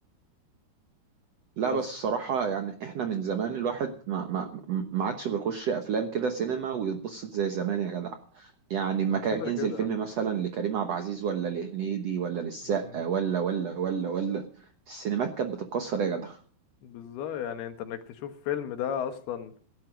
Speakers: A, on the right (about 70°); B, on the left (about 75°).
A: لا
B: بس
A: بس الصراحة يعني احنا من زمان الواحد ما ما ما عادش بيخش أفلام كده سينما ويتبسط زي زمان يا جدع يعني لما
B: هو
A: كان
B: كده
A: ينزل
B: كده
A: فيلم مثلا لكريم عبد العزيز ولا لهنيدي ولا للسقا
B: مم.
A: ولا ولا ولا ولا السينمات كانت بتتكسر يا جدع
B: بالظبط يعني انت انك تشوف فيلم ده اصلا